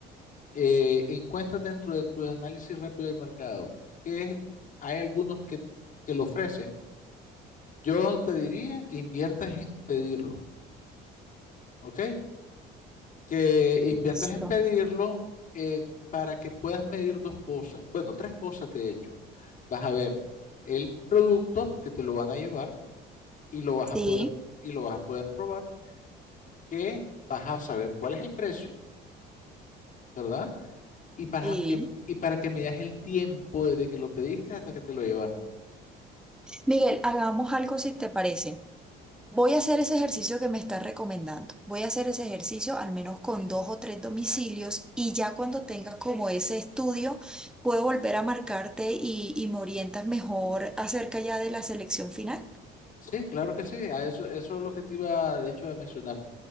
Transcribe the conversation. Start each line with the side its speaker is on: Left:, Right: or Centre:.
Left: eh, encuentras dentro de tu análisis rápido del mercado que hay algunos que, que lo ofrecen, yo te diría que inviertas en pedirlo, ¿ok? que inviertas
Centre: Listo.
Left: en pedirlo eh, para que puedas medir dos cosas. Bueno, tres cosas de hecho. Vas a ver el producto que te lo van a llevar y lo vas
Centre: Sí,
Left: a poder y lo vas a poder probar, que vas a saber cuál es el precio, ¿verdad? Y para
Centre: sí.
Left: que y para que midas el tiempo desde que lo pediste hasta que te lo llevaron.
Centre: Miguel, hagamos algo si te parece. Voy a hacer ese ejercicio que me estás recomendando. Voy a hacer ese ejercicio al menos con dos o tres domicilios y ya cuando tenga como ese estudio, puedo volver a marcarte y, y me orientas mejor acerca ya de la selección final.
Left: Sí, claro que sí, a eso, eso es lo que te iba de hecho a mencionar.